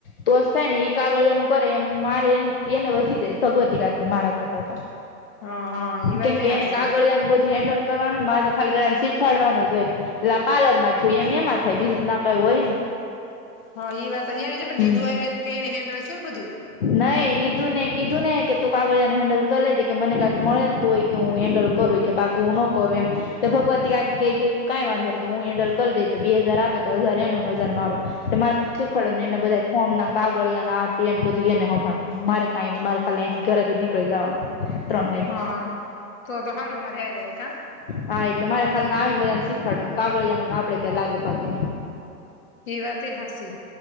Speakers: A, on the left (about 40°); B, on the left (about 55°).
A: તોસ થાય ને ઈ કાગળ એનું કરે એ મારે એ એને વધી જાય ભગવતી કાકી મારા કેતા તા
B: હા હા ઈ વાત
A: કેમકે
B: એ હાસી
A: એને કાગળિયાનું બધું હેન્ડલ કરવાનું મા તો ખાલી બધા ને શીખવાડવાનું જ હોય. એટલે પાર્લર માં જોએ એમ એમાં થાય બીજું ના કઈ હોય ને.
B: હ ઈ વાતની રહ હતી
A: હમ
B: તે એ હેન્ડલ છે ને બધું
A: નઈ નિધું નને કીધું ને કે તું કાગળિયાને હેન્ડલ કરી લેધ કે મને કાંક મળેને તું. કે હું હેન્ડલ કરું કે બાકી હું ન કરું એમ તો ભગવતી કઈ વાંધો ન કે હું હેન્ડલ કરી લે બે હજાર આપે તો હજાર એનો નો હજાર મારો એ મારે શીખવાડો ને એ બધા ફોર્મ ના કાગળને બધું એને સંભાળવાનું મારે કઈ ન મારે ખાથી ઘરા થી નીકળી જવાનું ત્રણ વાગે
B: હા હા તો તો હારમર હે રા
A: હા એટલે મારે ખા આવીને બધા ને શીખવાડવાનું કાગળિયાનું આપડે કઈ લાગે ભાગી નને
B: એ વાત હસી